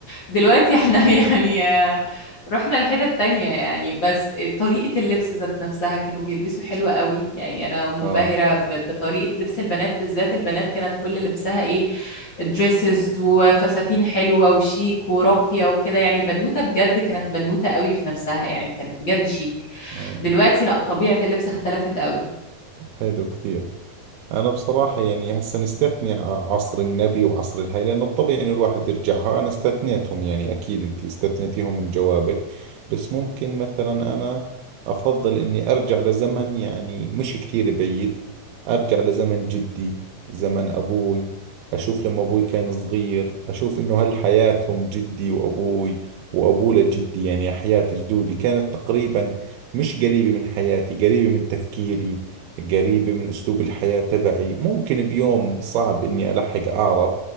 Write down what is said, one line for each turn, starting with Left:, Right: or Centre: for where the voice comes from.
Left: دلوقتي احنا <laughs> يعني رحنا لحتت تانية يعني بس طريقة اللبس ذات نفسها كانوا بيلبسوا حلوة قوي يعني أنا منبهرة
Right: اه
Left: ب- بطريقة لبس البنات بالذات البنات كانت كل لبسها إيه دريسز وفساتين حلوة وشيك وراقية وكده يعني البنوتة بجد كانت بنوتة قوي في نفسها يعني كانت بجد شيك
Right: اه
Left: دلوقتي لا طبيعة اللبس اختلفت قوي
Right: حلو كثير أنا بصراحة يعني هسا نستثني ع- عصر النبي وعصر الهي لأنه الطبيعي إنه الواحد يرجعها أنا استثنيتهم يعني أكيد أنت استثنيتيهم من جوابك بس ممكن مثلا أنا أفضل إني أرجع لزمن يعني مش كثير بعيد أرجع لزمن جدي زمن أبوي أشوف لما أبوي كان صغير أشوف إنه هل حياتهم جدي وأبوي وأبوه لجدي يعني حياة جدودي كانت تقريبا مش قريبة من حياتي قريبة من تفكيري قريبة من أسلوب الحياة تبعي ممكن بيوم صعب إني ألحق أعرف